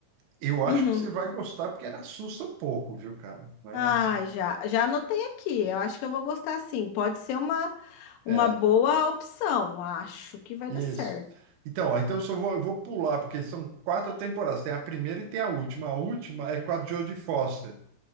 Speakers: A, on the right (about 80°); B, on the left (about 80°).
A: eu
B: Uhum.
A: acho que você vai gostar porque assusta um pouco, viu, cara? É
B: Ah,
A: assim.
B: já, já anotei aqui. Eu acho que eu vou gostar sim. Pode ser uma, uma
A: É,
B: boa opção. Acho que vai
A: isso.
B: dar certo.
A: Então, ó, então eu só vou, eu vou pular, porque são quatro temporadas. Tem a primeira e tem a última. A última é com a Jodie Foster.